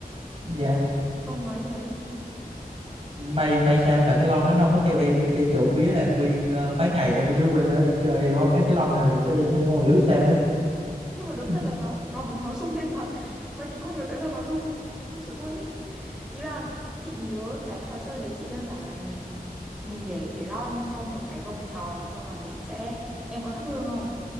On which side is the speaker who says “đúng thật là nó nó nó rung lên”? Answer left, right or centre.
Centre